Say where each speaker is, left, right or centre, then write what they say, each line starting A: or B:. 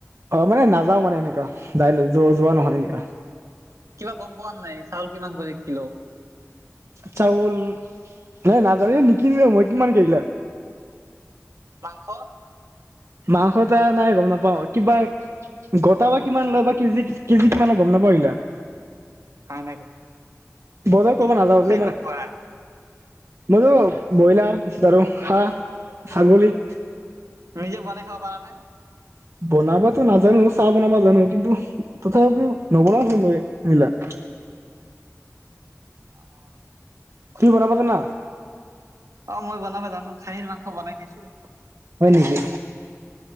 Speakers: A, on the right; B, on the right.
A: অঁ মানে নাযাও মানে এনেকা যাই যা যোৱা নহয় এনেকা।
B: কিবা গম পোৱা নাই চাউল কিমান কৰে এককিলো।
A: চাউল নাই নাজানোয়ে নিকিনো মই কিমান কি লয়।
B: মাংস।
A: মাংস এটা নাই গম নাপাওঁ কিবা গটা বা কিমান লয় বা কেজি। কেইজি কিমান লয় গম নাপাওঁ আইলা
B: হয়ঁ নেকি
A: বজাৰ
B: কি
A: কৰিব
B: মাংস
A: নাযাওঁ যে
B: খাই
A: মানে
B: ভাল পোৱা?
A: মইতো ব্ৰইলাৰ পিছত আৰু হাঁহ ছাগলী।
B: নিজে বনাই খাব পাৰা নে?
A: বনাবাতো নাজানো চাহ বনাবা জানো কিন্তু তথাপিও নবনাও মই সেইবিলাক।
B: অঁ।
A: তুমি বনাব জানা?
B: অঁ মই বনাব জানো খাহীৰ মাংস বনাই দিছোঁ।
A: হয়ঁ নেকি?